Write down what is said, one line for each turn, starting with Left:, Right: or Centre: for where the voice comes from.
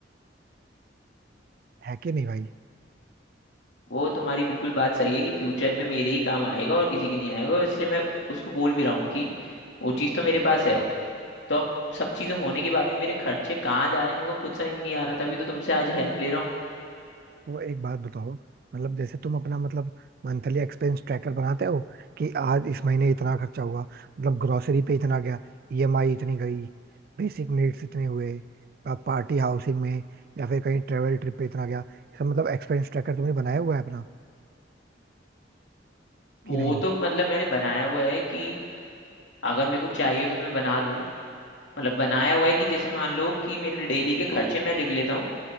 Right: है कि नहीं भाई
Left: वो तुम्हारी बिल्कुल बात सही है कि फ्यूचर में मेरे ही काम आएगा और किसी के नहीं आएगा और इसलिए मैं उसको बोल भी रहा हूँ कि वो चीज़ तो मेरे पास है तो अब सब चीज़ें होने के बाद भी मेरे खर्चे कहाँ जा रहे हैं मेरे को खुद समझ में नहीं आ रहा तभी तो तुमसे आज हेल्प ले रहा हूँ
Right: वो एक बात बताओ मतलब जैसे तुम अपना मतलब मंथली एक्सपेंस ट्रैकर बनाते हो कि आज इस महीने इतना खर्चा हुआ मतलब ग्रोसरी पे इतना गया ईएमआई इतनी गई बेसिक नीड्स इतने हुए पार्टी हाउसिंग में या फिर कहीं ट्रेवल ट्रिप पे इतना गया इसका मतलब एक्सपेंस ट्रैकर तुमने बनाया हुआ है अपना
Left: वो
Right: कि नहीं
Left: तो मतलब मैंने बनाया हुआ है कि अगर मेरे को चाहिए तो मैं बना दूँ मतलब बनाया हुआ है कि जैसे मान लो कि मेरे डेली के खर्चे मैं लिख लेता हूँ